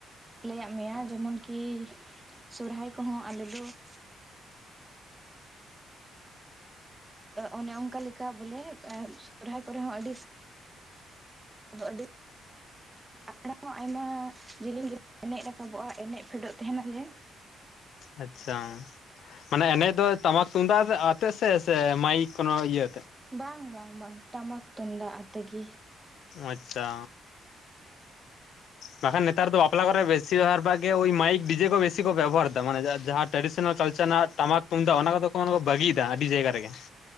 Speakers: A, on the right; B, on the left.
A: ᱞᱟᱹᱭᱟᱜ ᱢᱮᱭᱟ ᱡᱮᱢᱚᱱ ᱠᱤ ᱥᱚᱨᱚᱦᱟᱭ ᱠᱚᱦᱚᱸ ᱟᱞᱮ ᱫᱚ <unintelligible> ᱚᱱᱮ ᱚᱱᱠᱟ ᱞᱮᱠᱟ ᱵᱚᱞᱮ ᱥᱚᱨᱦᱟᱭ ᱠᱚᱨᱮ ᱦᱚᱸ ᱟᱹᱰᱤ ᱟᱫᱚ ᱟᱹᱰᱤ, ᱯᱟᱲᱟ ᱦᱚᱸ ᱟᱭᱢᱟ ᱡᱮᱞᱮᱧ ᱜᱮ ᱮᱱᱮᱡ ᱨᱟᱠᱟᱵᱚᱜᱼᱟ, ᱮᱱᱮᱡ ᱯᱷᱮᱰᱚᱜ ᱛᱟᱦᱮᱱᱟᱞᱮ᱾
B: ᱟᱪᱪᱷᱟ, ᱢᱟᱱᱮ ᱮᱱᱮᱡ ᱫᱚ ᱴᱟᱢᱟᱠ ᱛᱩᱢᱫᱟᱜ ᱟᱛᱮᱜ ᱥᱮ, ᱥᱮ ᱢᱟᱭᱤᱠ ᱠᱳᱱᱚ ᱤᱭᱟᱹ ᱟᱛᱮᱜ?
A: ᱵᱟᱝ ᱵᱟᱝ ᱵᱟᱝ ᱴᱟᱢᱟᱠ ᱛᱩᱢᱫᱟᱜ ᱟᱛᱮ ᱜᱮ᱾
B: ᱟᱪᱪᱷᱟ, ᱵᱟᱠᱷᱟᱡ ᱱᱮᱛᱟᱨ ᱫᱚ ᱵᱟᱯᱞᱟ ᱠᱚ ᱨᱮ ᱵᱮᱥᱤᱨ ᱵᱷᱟᱜ ᱜᱮ ᱳᱭ ᱢᱟᱭᱤᱠ, ᱰᱤᱡᱮ ᱵᱮᱥᱤ ᱠᱚ ᱵᱮᱵᱚᱦᱟᱨᱮᱫᱟ, ᱢᱟᱱᱮ ᱡᱟᱦᱟᱸ ᱴᱨᱟᱰᱤᱥᱚᱱᱟᱞ ᱠᱟᱞᱪᱟᱨ ᱨᱮᱱᱟᱜ ᱴᱟᱢᱟᱠ ᱛᱩᱢᱫᱟᱜ ᱚᱱᱟ ᱠᱚᱫᱚ ᱠᱚ ᱵᱟᱹᱜᱤ ᱤᱫᱤ ᱫᱟ ᱟᱹᱰᱤ ᱡᱟᱭᱜᱟ ᱨᱮᱜᱮ᱾